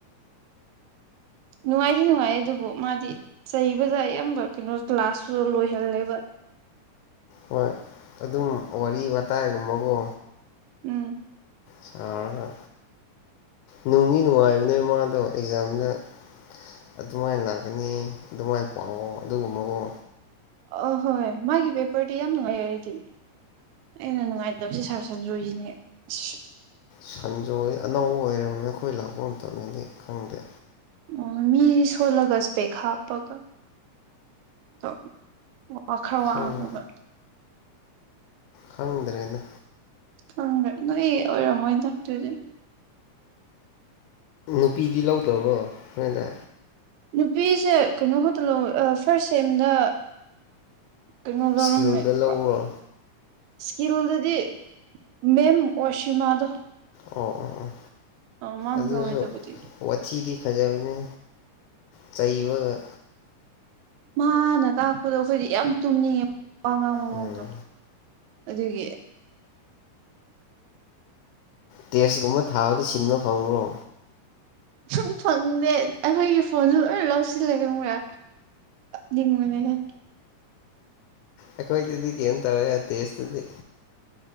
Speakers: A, on the right; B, on the left.
A: ꯅꯨꯡꯉꯥꯏꯗꯤ ꯅꯨꯡꯉꯥꯏ ꯑꯗꯨꯕꯨ ꯃꯥꯗꯤ ꯆꯩꯕꯗ ꯑꯌꯥꯝꯕ ꯀꯩꯅꯣ ꯀ꯭ꯂꯥꯁꯁꯨ ꯂꯣꯏꯍꯜꯂꯦꯕ
B: ꯍꯣꯏ ꯑꯗꯨꯝ ꯋꯥꯔꯤ ꯋꯥꯇꯥꯏꯒꯨꯝꯕꯀꯣ
A: ꯎꯝ
B: ꯁꯥꯔꯒ ꯅꯨꯡꯒꯤ ꯅꯨꯡꯉꯥꯏꯕꯅꯦ ꯃꯥꯗꯣ ꯑꯦꯛꯖꯥꯝꯗ ꯑꯗꯨꯃꯥꯏꯅ ꯂꯥꯛꯀꯅꯤ ꯑꯗꯨꯃꯥꯏꯅ ꯄꯥꯛ ꯑꯗꯨꯒꯨꯝꯕꯒꯣ
A: ꯑ ꯍꯣꯏ ꯍꯣꯏ ꯃꯥꯒꯤ ꯕꯦꯄꯔꯗꯤ ꯌꯥꯝ ꯅꯨꯡꯉꯥꯏ ꯑꯩꯗꯤ ꯑꯩꯅ ꯅꯨꯡꯉꯥꯏꯇꯕꯁꯦ ꯁꯥꯔ ꯁꯟꯖꯣꯏꯁꯤꯅꯦ ꯑꯁ
B: ꯁꯟꯖ ꯑꯅꯧꯕ ꯑꯣꯏꯔꯝꯅꯤ ꯑꯩꯈꯣꯏ ꯂꯥꯛꯄ ꯃꯇꯝꯗꯗꯤ ꯈꯪꯗꯦ
A: ꯑꯣ ꯃꯤꯁꯤ ꯁꯣꯜꯂꯒꯁꯨꯄꯦꯛ ꯍꯥꯞꯄꯒ ꯑ ꯋꯥꯈꯜ
B: ꯈꯪ
A: ꯋꯥꯡꯕ
B: ꯈꯪꯗ꯭ꯔꯦꯅ
A: ꯈꯪꯗ꯭ꯔꯦ ꯅꯣꯏ ꯑꯣꯏꯔꯝꯃꯣꯏ ꯊꯇꯣꯏꯗꯤ
B: ꯅꯨꯄꯤꯗꯤ ꯂꯧꯗꯕ꯭ꯔꯣ ꯅꯣꯏꯗ
A: ꯅꯨꯄꯤꯁꯦ ꯀꯩꯅꯣ ꯈꯠꯇꯂꯣ ꯐꯥꯔꯁ ꯁꯦꯝꯗ ꯀꯩꯅꯣ ꯂꯧꯔꯝꯃꯦ
B: ꯏꯁꯀꯤꯜꯗ ꯂꯧꯕ꯭ꯔꯣ
A: ꯀꯣ ꯏꯁꯀꯤꯜꯗꯗꯤ ꯃꯦꯝ ꯑꯣꯁꯤꯃꯥꯗꯣ
B: ꯑꯣ ꯑꯣ ꯑꯣ
A: ꯑ ꯃꯥꯥꯡꯗꯋꯣꯏꯗꯕꯗꯤ
B: ꯑꯗꯨꯁꯨ ꯋꯥꯊꯤꯗꯤ ꯐꯖꯕꯅꯦ ꯆꯩꯕ
A: ꯃꯍꯥꯛꯅ ꯇꯥꯛꯄꯗꯣ ꯑꯩꯈꯣꯏꯗꯤ ꯌꯥꯝ ꯇꯨꯝꯅꯤꯡꯉꯦ ꯑꯉꯥꯡ ꯃꯑꯣꯡꯗꯣ
B: ꯎꯝ
A: ꯑꯗꯨꯒꯤ
B: ꯇꯦꯁꯀꯨꯝꯕ ꯊꯥꯕꯗꯤ ꯁꯤꯟꯕ ꯐꯪꯕ꯭ꯔꯣ
A: ꯁꯨꯝ ꯐꯪꯗꯦ ꯑꯩꯈꯣꯏꯒꯤ ꯐꯣꯟꯁꯨ ꯂꯣꯏ ꯂꯧꯁꯤꯜꯂꯦ ꯈꯪ ꯃ꯭ꯔꯦ ꯟ ꯃꯅꯦꯒꯦ
B: ꯑꯈꯣꯏ ꯇꯤꯗꯤ ꯀꯝ ꯇꯧꯋꯦ ꯇꯁ ꯇꯤꯗꯤ